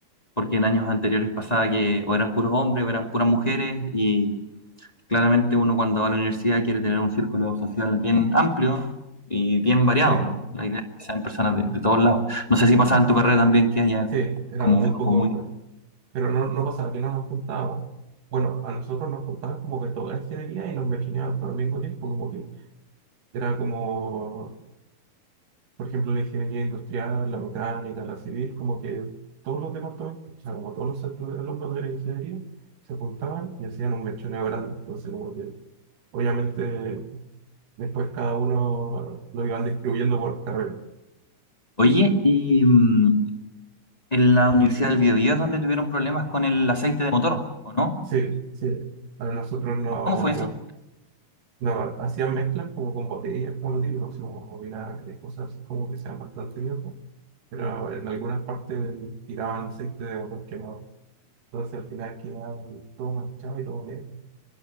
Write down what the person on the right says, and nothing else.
Sí, po.
Sí, eran
muy
pocos
hombres. Pero no, no pasaba que no nos juntábamos. Bueno, a nosotros nos juntaban como que toda la ingeniería y nos machoneaban todo al mismo tiempo. Como que era como, por ejemplo, la ingeniería industrial, la mecánica, la civil, como que todos los departamentos, o sea, como todos los centros de alumnos de la ingeniería, se juntaban y hacían un mechoneo grande. Entonces, como que obviamente después cada uno lo iban distribuyendo por carrera.
Sí, sí. A nosotros no,
no hacían mezclas como con botellas, como lo típico, así como vinagre y cosas como que sean bastante idiotas, pero en algunas partes tiraban aceite de coco quemado. Entonces al final quedaba todo manchado y todo negro.